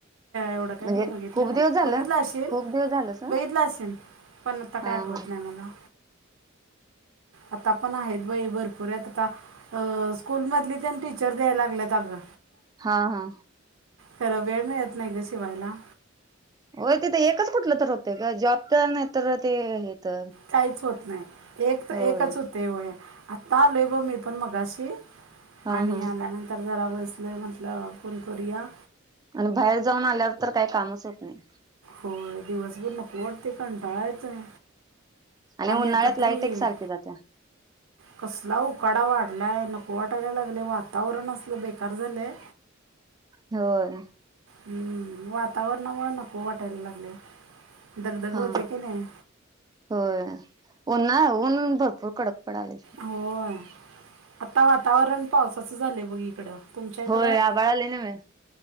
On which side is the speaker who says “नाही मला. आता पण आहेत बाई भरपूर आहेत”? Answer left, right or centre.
Right